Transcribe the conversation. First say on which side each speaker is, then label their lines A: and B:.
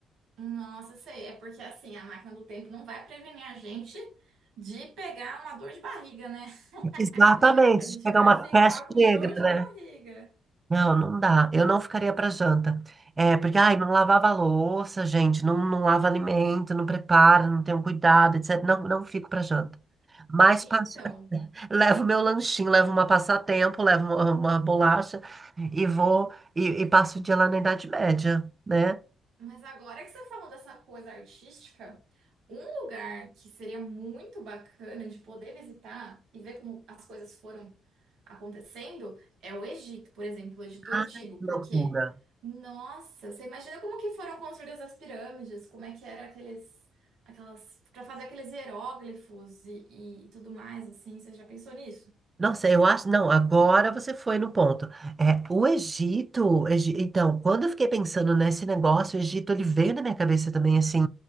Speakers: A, on the right (about 75°); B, on the right (about 30°).
A: Nossa, sei, é porque assim, a máquina do tempo não vai prevenir a gente de pegar uma dor de barriga, né? <laughs>
B: Exatamente,
A: A gente
B: de pegar
A: vai
B: uma
A: ficar
B: peste
A: com
B: negra,
A: dor de
B: né?
A: barriga.
B: Não, não dá. Eu não ficaria pra janta. É, porque, ai, não lavava a louça, gente, não, não lava alimento, não prepara, não tem um cuidado, etc. Não, não fico pra janta. Mas
A: Então,
B: Levo meu lanchinho, levo uma passatempo, levo uma, uma bolacha e vou e, e passo o dia lá na Idade Média, né?
A: mas agora que você falou dessa coisa artística, um lugar que seria muito bacana de poder visitar e ver como as coisas foram acontecendo é o Egito, por exemplo, o Egito Antigo,
B: Ai, que
A: porque,
B: loucura.
A: nossa, você imagina como que foram construídas as pirâmides, como é que era aqueles, aquelas, para fazer aqueles hieróglifos e, e tudo mais, assim, você já pensou nisso?
B: Nossa, eu acho. Não, agora você foi no ponto. É, o Egito, o Egi- Então, quando eu fiquei pensando nesse negócio, o Egito, ele veio na minha cabeça também, assim,